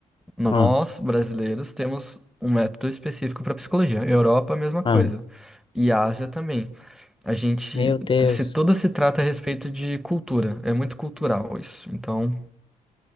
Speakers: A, in the centre; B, on the left (about 30°).
A: Nós,
B: Ah,
A: brasileiros, temos um método específico para psicologia. Europa, a mesma coisa.
B: ah,
A: E Ásia também. A gente.
B: meu Deus.
A: Se tudo se trata a respeito de cultura. É muito cultural isso. Então,